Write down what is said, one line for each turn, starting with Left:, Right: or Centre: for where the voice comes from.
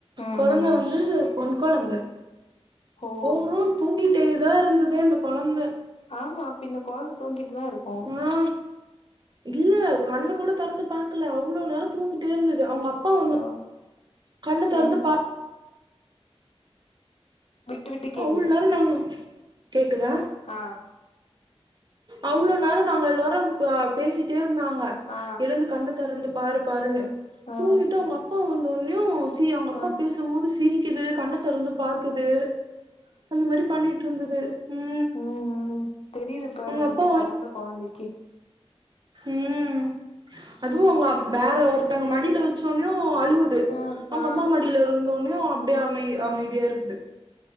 Left: ம்
Right: கொழந்த
Left: ம்
Right: வந்து பொண் கொழந்த
Left: ஓ
Right: போறோம் தூக்கிட்டே தா இருந்துதே அந்த கொழந்த
Left: ஆமா பின்ன கொழந்த தூங்கிட்டு தா இருக்கும்
Right: ஆ இல்ல கண்ணு கூட திறந்து பாக்கல அவ்ளோ நேரம் தூங்கிட்டே இருந்தது அவுங்க அப் பா வந்த
Left: ஓ
Right: கண்ணு திறந்து
Left: ம்
Right: பா
Left: விட்டு விட்டு கேக்குது
Right: அவ்ளோ நேரம் நாங்க கேக்குதா
Left: ஆ
Right: அவ்ளோ நேரம் நாங்க எல்லாரும் பேசிட்டே இருந்தாங்க
Left: ஆ ஆ
Right: எழுந்து கண்ணு திறந்து பாரு பாருன்னு
Left: ஆ
Right: தூங்கிட்டு அவுங்க அப்பா வந்த உடனையு சி அவுங்க அப்பா
Left: ஆ
Right: பேசு போது சிரிக்குது கண்ண திறந்து பாக்குது அந்த மாதிரி பண்ணிட்டு இருந்தது ம்
Left: உம் தெரியுது பாருங்க
Right: அவங்க அப்பா
Left: இப்ப பெறந்த கொழந்தைக்கு
Right: உம் அதுவும் அவுங்க வேற ஒருத்தவுங்க மடியில வ ச்சோனையு அழுவுது
Left: ஆ
Right: அவுங்க
Left: ஆ
Right: அம்மா மடியில இருந்தோனையு அப்படியே அமை அமைதியா இருக்குது